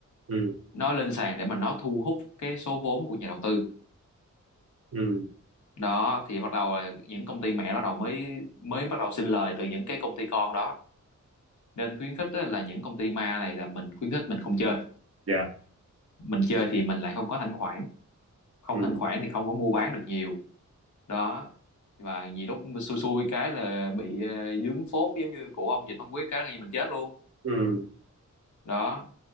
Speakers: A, on the right (about 45°); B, on the left (about 65°).
A: ừ
B: nó lên sàn để mà nó thu hút cái số vốn của nhà đầu tư
A: ừ
B: đó thì bắt đầu là những công ty mẹ bắt đầu mới mới bắt đầu sinh lời từ những cái công ty con đó nên khuyến khích á, là những công ty ma này là mình khuyến khích mình không chơi
A: dạ
B: mình chơi thì mình lại không có thanh khoản không
A: ừ
B: thanh khoản thì không có mua bán được nhiều đó và nhiều lúc xui xui cái là bị ờ, dướng phốt giống như của ông Dịch Văn Quyết cái là như mình chết luôn
A: ừ
B: đó